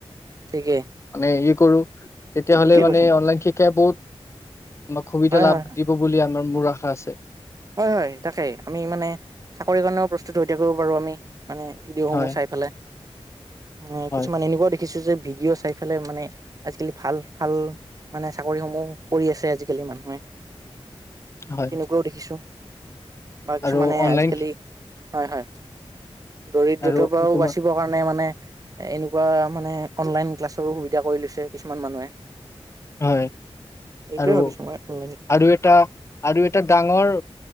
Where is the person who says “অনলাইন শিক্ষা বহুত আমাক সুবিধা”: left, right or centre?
Left